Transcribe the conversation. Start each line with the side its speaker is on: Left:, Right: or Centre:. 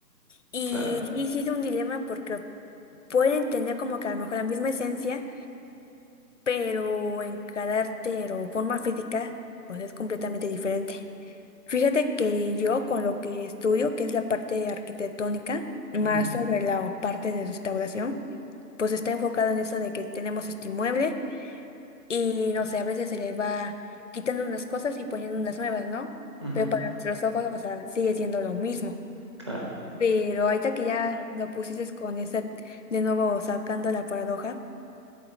Left: Y
Right: claro.
Left: sí, sí es un dilema porque pueden tener como que a lo mejor la misma esencia, pero en carácter o forma física, o sea, es completamente diferente. Fíjate que yo con lo que estudio, que es la parte arquitectónica, más
Right: ujú,
Left: sobre la parte de restauración, pues está enfocado en eso de que tenemos este inmueble. Y no sé, a veces se le va quitando unas cosas y poniendo unas nuevas, ¿no?
Right: ujú,
Left: Pero para nuestros ojos, o sea, sigue siendo lo mismo.
Right: Claro.
Left: Pero ahorita que ya lo pusiste con esa, de nuevo sacando la paradoja,